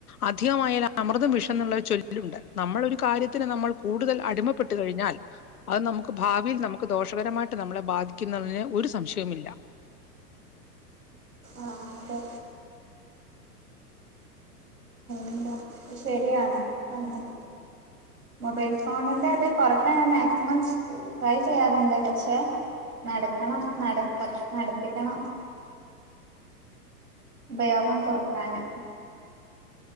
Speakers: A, on the left; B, on the right.
A: അധികമായാൽ അമൃതും വിഷം എന്നുള്ളൊരു ചൊല്ലുണ്ട്. നമ്മളൊരു കാര്യത്തിന് നമ്മൾ കൂടുതൽ അടിമപ്പെട്ടു കഴിഞ്ഞാൽ അത് നമുക്ക് ഭാവിയിൽ നമുക്ക് ദോഷകരമായിട്ട് നമ്മളെ ബാധിക്കുന്നതിന് ഒരു സംശയമില്ല.
B: ആഹ് അതെ. എന്താ ശരിയാണ് പറഞ്ഞത്. മൊബൈൽ ഫോണിന്റെ അത് കൊറക്കാൻ ഞാൻ മാക്സിമം ട്രൈ ചെയ്യാറുണ്ട്. പക്ഷേ നടക്കണം നട തക് നടപ്പിക്കണം. ഉപയോഗം കൊറക്കാന്.